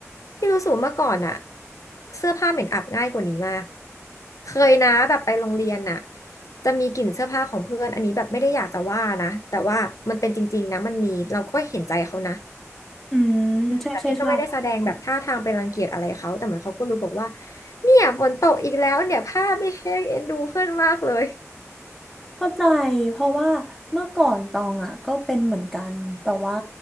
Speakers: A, on the left; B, in the centre.
A: พี่รู้สึกว่าเมื่อก่อนอะเสื้อผ้าเหม็นอับง่ายกว่านี้มากเคยนะแบบไปโรงเรียนน่ะจะมีกลิ่นเสื้อผ้าของเพื่อนอันนี้แบบไม่ได้อยากจะว่านะแต่ว่ามันเป็นจริงๆนะมันมีเราก็เห็นใจเขานะ
B: อืมใช่ใช่ใช่
A: แต่พี่ก็ไม่ได้แสดงแบบท่าทางเป็นรังเกียจอะไรเขาแต่เหมือนเขาก็รู้บอกว่าเนี่ยฝนตกอีกแล้วเนี่ยผ้าไม่แห้งเอ็นดูเพื่อนมากเลย
B: เข้าใจเพราะว่าเมื่อก่อนตองอ่ะก็เป็นเหมือนกันแต่ว่า